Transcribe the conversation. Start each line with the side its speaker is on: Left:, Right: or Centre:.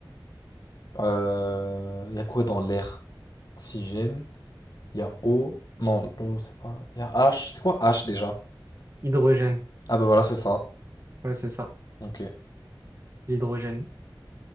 Left: Il y a quoi dans l'air? Oxygène, il y a eau. Non, l'eau, c'est pas. Il y a H. C'est quoi H déjà?
Right: Hydrogène.
Left: Ah, bah voilà, c'est ça.
Right: Ouais, c'est ça.
Left: Ok.
Right: L'hydrogène.